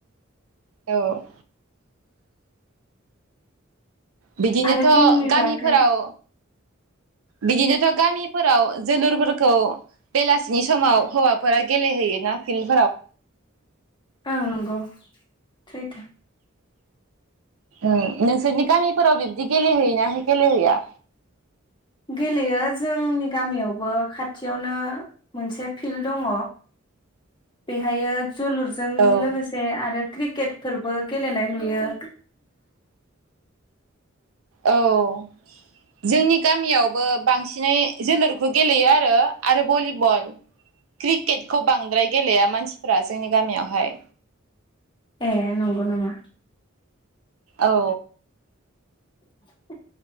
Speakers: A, on the right; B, on the left.
A: औ बिदिनोथ'
B: आरो गेमनि
A: गामिफोराव
B: बागै
A: बिदिनोथ' गामिफोराव जोलुरफोरखौ बेलासिनि समाव हौवाफोरा गेलेहैयोना फिल्ड
B: औ नंगौ सैथो
A: ओ नोंसोरनि गामिफोराव बिब्दि गेलेहैयोना गेलेहैया?
B: गेलेयो जोंनि गामियावबो खाथियावनो मोनसे फिल्ड दङ बेहायो जोलुरजों
A: औ
B: लोगोसे आरो क्रिक क्केटफोरबो गेलेनाय नुयो
A: औ जोंनि गामियावबो बांसिनै जोलुरखौ गेलेयो आरो आरो भलिबल क्रिकेटखौ बांद्राय गेलेया मानसिफ्रा जोंनि गामियावहाय
B: ए नंगौ नामा
A: औ
B: <unintelligible>